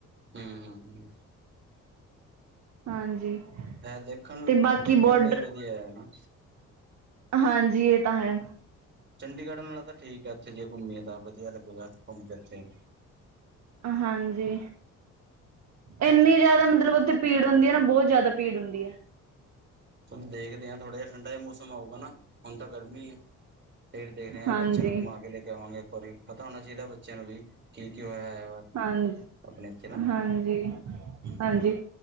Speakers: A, on the right; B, on the right.
A: ਹੂੰ
B: ਹਾਂਜੀ
A: ਐ ਦੇਖਨ,
B: ਤੇ ਬਾਕੀ
A: ਦੇਖਨ
B: ਬੋਡਰ
A: ਲਈ ਵਧੀਆ ਹੈ ਨਾ?
B: ਹਾਂਜੀ, ਏ ਤਾਂ ਹੈ।
A: ਚੰਡੀਗੜ੍ਹ ਨਾਲੋ ਤਾਂ ਠੀਕ ਐ ਇੱਥੇ ਜੇ ਘੁੰਮੀਏ ਤਾਂ, ਵਧੀਆ ਲੱਗੇਗਾ ਘੁੰਮ ਕੇ ਐਥੇ।
B: ਹਾਂਜੀ। ਇੰਨੀ ਜਾਦਾ ਮਤਲਬ ਉੱਥੇ ਭੀੜ ਹੁੰਦੀ ਐ ਨਾ ਬਹੁਤ ਜਾਦਾ ਭੀੜ ਹੁੰਦੀ ਐ।
A: ਚਲੋਂ ਦੇਖਦੇ ਆ ਥੋੜਾ ਜਿਆ ਠੰਡਾ ਜਿਆ ਮੌਸਮ ਆਉਗਾ ਨਾ, ਹੁਨ ਤਾਂ ਗਰਮੀ ਏ। ਫੇਰ ਦੇਖਦੇ ਆ
B: ਹਾਂਜੀ
A: ਬੱਚਿਆਂ ਨੂੰ ਘੁੰਮਾ ਕੇ ਲੈ ਕੇ ਆਵਾਂਗੇ ਇੱਕ ਵਾਰੀ, ਪਤਾ ਹੋਣਾ ਚਾਈਦਾ ਬੱਚਿਆਂ ਨੂੰ ਵੀ ਕੀ-ਕੀ ਹੋਇਆ ਹੈ ਵਾ।
B: ਹਾਂਜੀ,
A: ਆਪਣੇ ਇੱਥੇ ਨਾ
B: ਹਾਂਜੀ-ਹਾਂਜੀ।
A: ਹਮ